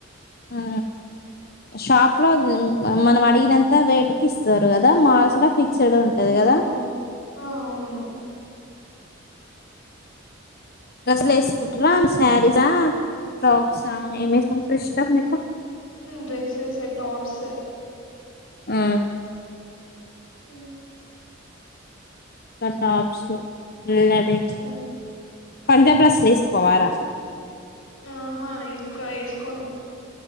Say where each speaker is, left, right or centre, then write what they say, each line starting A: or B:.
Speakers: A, on the left (about 50°); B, on the left (about 90°).
A: ఆ షాప్
B: ఉమ్,
A: లో గా మనం వాట అడిగినంత రేట్ కి ఇస్తారు దా మల్స్ లో ఫిక్స్డ్ ఉంటది
B: ఉమ్,
A: కదా
B: అవును ఆ, అవును
A: డ్రెస్సులు వేసుకుంటారా సారీస్ ఆ ఫ్రాక్స్ ఆ ఏమి వేసుకోవడం ఇష్టం మీకు
B: డ్రెస్సెస్ టాప్స్
A: ఆ
B: ఉ
A: టాప్స్ యు ఉన్నది
B: ఉమ్.
A: పంజాబ్ డ్రెస్సులు వేసుకోవారా
B: ఆహా ఎక్కువ వేసుకోను